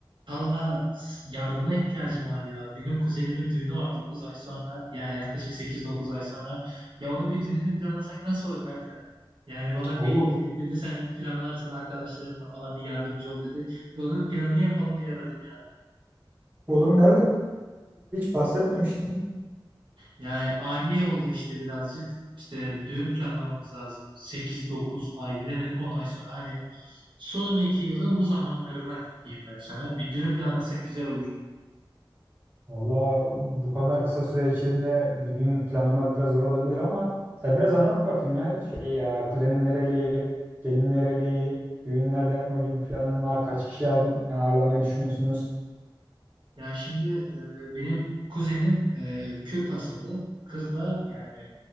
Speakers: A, on the right; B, on the right.
A: Talha yardımına ihtiyacım var ya. Benim kuzenimin düğünü var 9 ay sonra. Yani yaklaşık sekiz dokuz ay sonra. Ya onun bir düğününü planlasak nasıl olur kanka? Yani bana
B: Oğlum,
A: bir dedi sen planlarsın arkadaşlarınla falan bir yardımcı ol dedi. Bir onun planını yapalım diye aradım ya.
B: oğlum bahsetmemiştin.
A: Yani ani oldu işte birazcık. İşte düğün planlamamız lazım. sekiz dokuz ay bilemedin 10 ay sonra. Hani sonraki yılın bu zamanlarına diyeyim ben sana. Bir düğün planlasak güzel olur.
B: Valla bu kadar kısa süre içinde bir düğün planlamak biraz zor olabilir ama sen biraz anlat bakayım ya. Şey ya kuzenin nereli, gelin nereli, düğün nerede yapma gibi bir planın var. Kaç kişi al- ağırlamayı düşünüyorsunuz?
A: Ya şimdi e, benim kuzenim e, Kürt asıllı. Kız da yani